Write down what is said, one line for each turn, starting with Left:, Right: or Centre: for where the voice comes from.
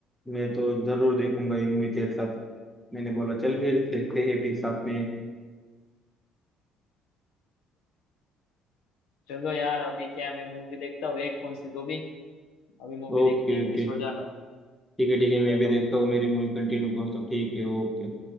Centre: मैं तो जरूर देखूंगा ये मूवी तेरे साथ मैंने बोला चल फिर देखते हैं फिर साथ में
Left: चलो यार अभी क्या मैं मूवी देखता हूँ एक कौन सी तो भी अभी मूवी
Centre: Okay
Left: देखने
Centre: okay
Left: फिर सो जाना है
Centre: ठीक है ठीक है
Left: चलो
Centre: मैं भी देखता हूँ मेरी मूवी कंटिन्यू करता हूँ ठीक है ओके